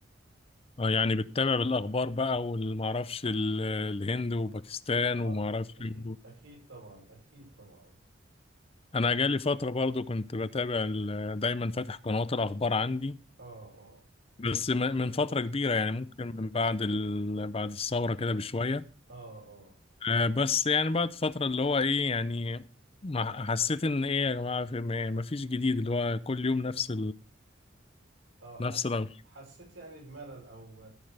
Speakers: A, on the left; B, on the right.
A: اه يعني بتتابع الاخبار بقى والمعرفش ال- الهند وباكستان
B: اه
A: ومعرفش
B: اكيد
A: إيه.
B: اكيد طبعا اكيد طبعا
A: انا جالي فترة برضو كنت بتابع ال- دايما فاتح قنوات الاخبار عندي
B: اه اه
A: بس م- من فترة
B: <clears throat>
A: كبيرة يعني ممكن من بعد ال... بعد الثورة كده بشوية
B: اه
A: آه، بس يعني بعد فترة اللي هو ايه يعني ما حسيت ان ايه يا جماعه في- ما ما فيش جديد اللي هو كل يوم نفس
B: اه حس
A: نفس الأخبار
B: حسيت يعني بملل او